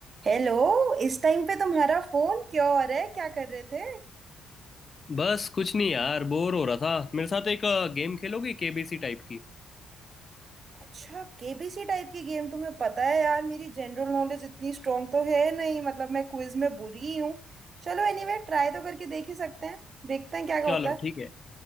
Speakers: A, on the right (about 45°); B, on the left (about 35°).
A: Hello इस time पे तुम्हारा फोन क्यों आ रहा है क्या कर रहे थे
B: बस कुछ नहीं यार बोर हो रहा था मेरे साथ एक गेम खेलोगे केबीसी टाइप की
A: अच्छा केबीसी टाइप की गेम तुम्हें पता है यार मेरी जनरल नॉलेज इतनी स्ट्रांग तो है नहीं मतलब मैं क्विज में बुरी ही हूँ चलो एनीवे ट्राई तो करके देख ही सकते हैं देखते हैं क्या
B: चलो
A: होता है
B: ठीक है